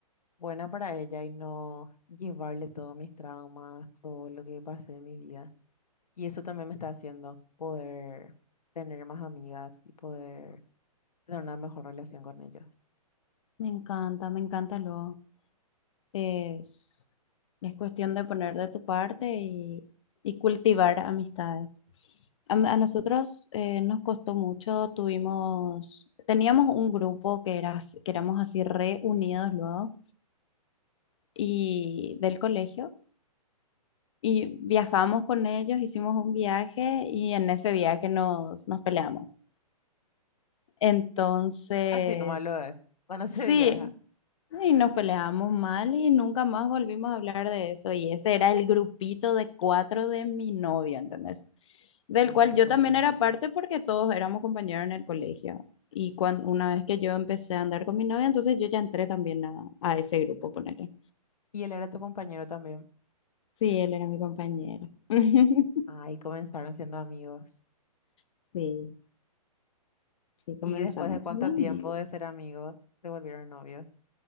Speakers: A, on the left; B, on the left.
A: buena para ella y no llevarle todos mis traumas, todo lo que pasé en mi vida. Y eso también me está haciendo poder tener más amigas y poder tener una mejor relación con ellas.
B: Me encanta, me encanta luego. Es, es cuestión de poner de tu parte y, y cultivar amistades. A, a nosotros eh, nos costó mucho, tuvimos, teníamos un grupo que, era, as- que éramos así reunidos luego y del colegio y viajamos con ellos, hicimos un viaje y en ese viaje nos, nos peleamos. Entonces,
A: Así nomás lo es, cuando se
B: sí,
A: viaja.
B: Y nos peleamos mal y nunca más volvimos a hablar de eso. Y ese era el grupito de cuatro de mi novio, ¿entendés? Del
A: Híjole.
B: cual yo también era parte porque todos éramos compañeros en el colegio. Y cuando, una vez que yo empecé a andar con mi novia, entonces yo ya entré también a, a ese grupo, ponele.
A: Y él era tu compañero también.
B: Sí, él era mi compañero. <laughs>
A: Ahí comenzaron siendo amigos.
B: Sí, sí,
A: Y
B: comenzamos
A: después de cuánto
B: en amigos.
A: tiempo de ser amigos, se volvieron novios.